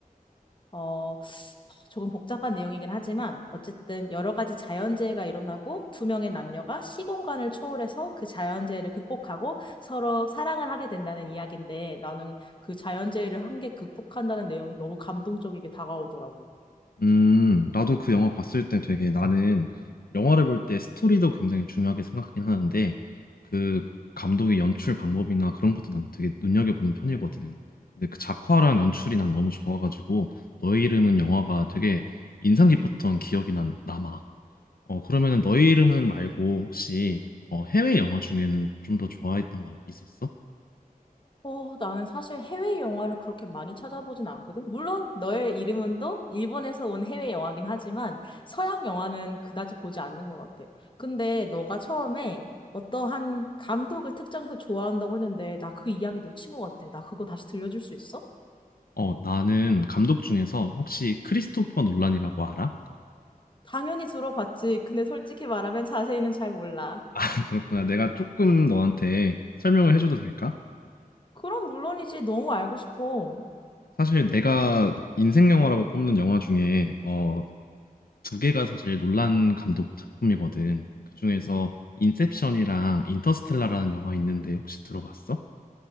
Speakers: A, on the left (about 35°); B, on the left (about 80°).
A: 어, 조금 복잡한 내용이긴 하지만 어쨌든 여러 가지 자연재해가 일어나고 두 명의 남녀가 시공간을 초월해서 그 자연재해를 극복하고 서로 사랑을 하게 된다는 이야기인데 나는 그 자연재해를 한 개 극복한다는 내용이 너무 감동적이게 다가오더라고.
B: 음, 나도 그 영화 봤을 때 되게 나는 영화를 볼 때 스토리도 굉장히 중요하게 생각하긴 하는데 그 감독의 연출 방법이나 그런 것도 난 되게 눈여겨보는 편이거든. 근데 그 작화랑 연출이 난 너무 좋아가지고 너의 이름은 영화가 되게 인상 깊었던 기억이 난 남아. 어, 그러면은 너의 이름은 말고 혹시 어, 해외 영화 중에는 좀 더 좋아했던 거 있었어?
A: 어, 나는 사실 해외 영화를 그렇게 많이 찾아보진 않거든. 물론 너의 이름은도 일본에서 온 해외 영화긴 하지만 서양 영화는 그다지 보지 않는 것 같아. 근데 너가 처음에 어떠한 감독을 특정해서 좋아한다고 했는데 나 그 이야기 놓친 것 같아. 나 그거 다시 들려줄 수 있어?
B: 어, 나는 감독 중에서 혹시 크리스토퍼 놀란이라고 알아?
A: 당연히 들어봤지. 근데 솔직히 말하면 자세히는 잘 몰라.
B: <laughs> 그렇구나. 내가 조금 너한테 설명을 해줘도 될까?
A: 그럼 물론이지. 너무 알고 싶어.
B: 사실 내가 인생 영화라고 꼽는 영화 중에 어, 두 개가 사실 논란 감독 작품이거든. 그중에서 인셉션이랑 인터스텔라라는 영화 있는데 혹시 들어봤어?